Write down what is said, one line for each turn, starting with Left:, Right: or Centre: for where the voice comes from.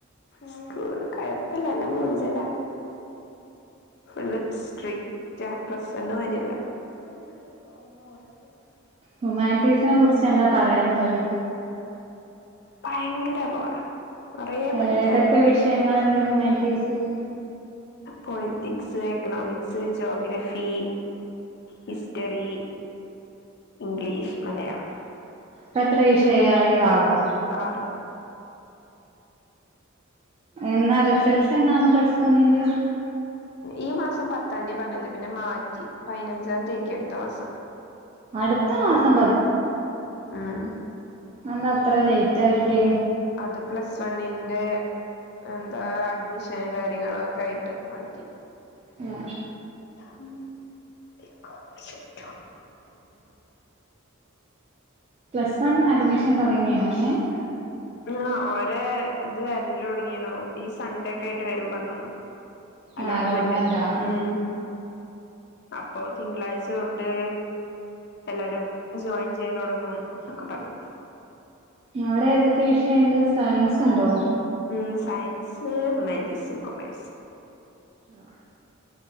Left: സ്കൂൾ കൊഴപ്പല്ലാ അല്ല മൂഞ്ചലാ ഫുള്ള് സ്ട്രിക്റ്റാ പ്ലസ് വണ്ണ് മാരിയല്ല അന്ന ഓർത്തത്
Right: ഹുമാൻറ്റീസിനെ കുറിച്ച് എന്താ പറയാനുള്ളത്
Left: ഭയങ്കര ബോറാ കൊറേ പഠിക്കാണ്ട്
Right: ഏതൊക്കെ വിഷയങ്ങൾ ഇണ്ട് ഹുമാൻറ്റീസിൽ
Left: politics economics geography history English Malayalam
Right: ഇപ്പ എത്ര വിഷയായി ആറോ
Left: ആറ്
Right: എന്നാ റിസൾട്ട് എന്നാണ് പ്ലസ് വണ്ണിന്റെ
Left: ഈ മാസം പത്താന്തിയാ പറഞ്ഞീന്ന് പിന്നെ മാറ്റി പയിനഞ്ചാം തീ ആക്കി അടുത്ത മാസം
Right: അടുത്ത മാസം
Left: ഉം
Right: അഅ് എന്താ അത്ര ലേറ്റ് ആക്കിയേ
Left: അത് പ്ലസ് വണ്ണിന്റെ എന്താ അഡ്മിഷൻ കാര്യങ്ങള ഒക്കെ ആയിട്ട് മാറ്റി
Right: ഉം
Left: <unintelligible>
Right: പ്ലസ് വൺ അഡ്മിഷൻ തുടങ്ങിയോ അയ്ന് <inaudible>
Left: ആ ഒരേ ഇത് വരലൊട്ങ്ങീണു ഈ സൺഡേക്കായിട്ട് വരും പറഞ്ഞണ്ണു അലോട്ട്മെന്റ്
Right: ആ അലോട്ട്മെന്റാ
Left: ഉം അപ്പൊ തിങ്കളാഴ്ച തൊട്ട് എല്ലാരും ജോയിൻ ചെയ്യലൊടങ്ങും ഒക്കെ പറഞ്ഞു
Right: നവിടെ ഏതൊക്കെ വിഷയണ്ട് സയൻസ്ണ്ടോ
Left: ഉം സയൻസ് ഹ്യുമാനീറ്റീസ് കൊമേഴ്സ്
Right: ആ